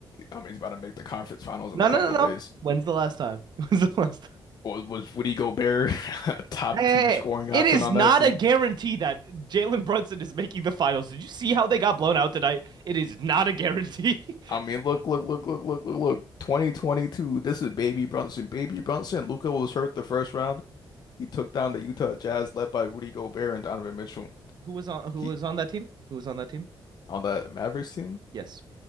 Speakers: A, on the left (about 50°); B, on the right (about 55°).
A: I mean, he's about to make the conference finals
B: No,
A: in a couple
B: no, no, no.
A: of days.
B: When's the last time? <laughs> When's the last time?
A: Was was Rudy Gobert <laughs> a top
B: Hey, hey,
A: two scoring
B: hey. It
A: option
B: is
A: on
B: not
A: that team?
B: a guarantee that Jalen Brunson is making the finals. Did you see how they got blown out tonight? It is not a guarantee.
A: I mean, look, look, look, look, look, look, look. 2022. This is Baby Brunson. Baby Brunson. Luca was hurt the first round. He took down the Utah Jazz, led by Rudy Gobert and Donovan Mitchell.
B: <laughs> Who was on who
A: He
B: was on that team? Who was on that team?
A: on that Mavericks team,
B: Yes.